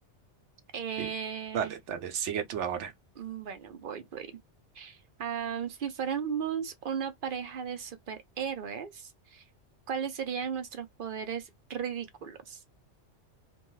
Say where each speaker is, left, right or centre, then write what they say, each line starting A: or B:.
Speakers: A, on the right; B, on the right.
A: Eh,
B: Sí, dale, dale, sigue tú ahora.
A: mm, bueno, voy, voy. Am, si fuéramos una pareja de superhéroes, ¿cuáles serían nuestros poderes ridículos?